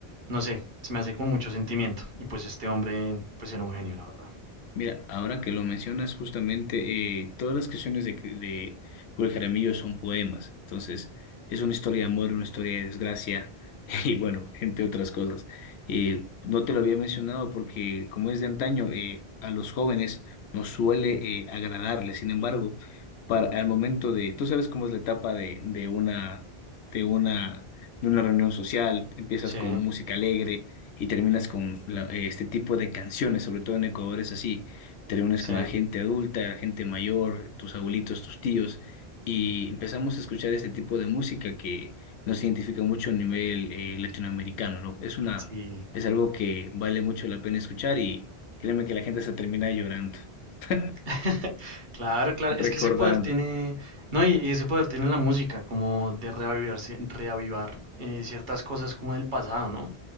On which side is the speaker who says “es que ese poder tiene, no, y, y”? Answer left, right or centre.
Right